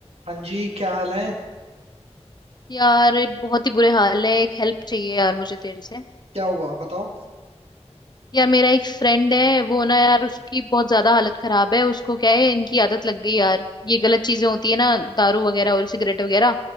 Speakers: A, on the right (about 65°); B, on the left (about 40°).
A: हाँ जी क्या हाल है
B: यार ये बहुत ही बुरे हाल है एक हेल्प चाहिए यार मुझे तेरे से
A: क्या हुआ बताओ
B: यार मेरा एक फ्रेंड है वो ना यार उसकी बहुत ज्यादा हालत खराब है उसको क्या है इनकी आदत लग गई यार ये गलत चीजें होती है ना दारू वगैरह और सिगरेट वगैरह